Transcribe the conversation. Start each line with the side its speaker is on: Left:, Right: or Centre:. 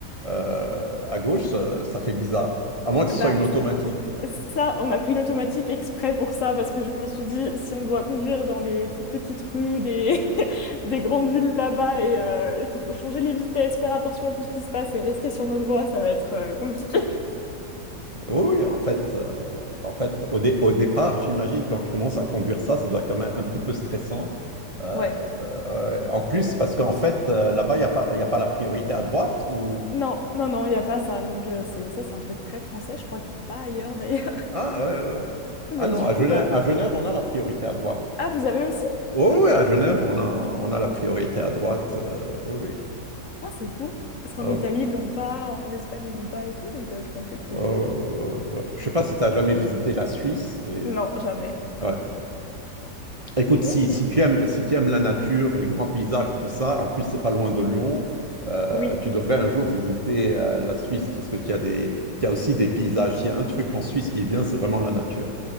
Right: euh, à gauche, ça, ça fait bizarre. À moins que ce
Left: Bah,
Right: soit une automatique.
Left: Ça, on a pris une automatique exprès pour ça, parce que je me suis dit, si on doit conduire dans les toutes petites rues des, <laughs> des grandes villes là-bas et, euh, et qu'il faut changer les vitesses, faire attention à tout ce qui se passe et rester sur notre voie, ça va être euh, compliqué. <laughs>
Right: Oui, oui, en fait, euh, en fait, au, dé- au départ, j'imagine, quand tu commences à conduire ça, ça doit être quand même un petit peu stressant. Euh,
Left: Ouais.
Right: euh, ouais. en plus, parce qu'en fait, euh, là-bas, il n'y a pas, il y a pas la priorité à droite ou...
Left: Non, non, non, il n'y a pas ça. Donc, euh, c'est, ça, c'est un truc très français. Je crois qu'il n'y a pas ailleurs d'ailleurs.
Right: Ah, euh,
Left: <laughs> Mais
Right: ah non,
Left: du
Right: à
Left: coup,
Right: Genève,
Left: bah.
Right: à Genève, on a la priorité à droite.
Left: Ah, vous avez aussi?
Right: Oh,
Left: Ok.
Right: ouais, à Genève, on a, on a la priorité à droite. euh, oui, oui.
Left: Ah, c'est fou. Parce qu'en
Right: Oh,
Left: Italie, ils l'ont pas, en Espagne, ils l'ont pas et tout. Donc, euh, je pensais que
Right: oh,
Left: c'était.
Right: ouais, ouais, ouais. ouais. Je sais pas si tu as jamais visité la Suisse. mais-
Left: Non, jamais.
Right: ouais. Écoute,
Left: Mais
Right: si,
Left: ok.
Right: si tu aimes, si tu aimes la nature, les grands paysages, tout ça, en plus, c'est pas loin de Lyon, euh,
Left: Oui,
Right: tu devrais un jour visiter euh, la Suisse parce que tu as des, tu as aussi des paysages. Il y a un truc en Suisse qui est bien, c'est vraiment la nature.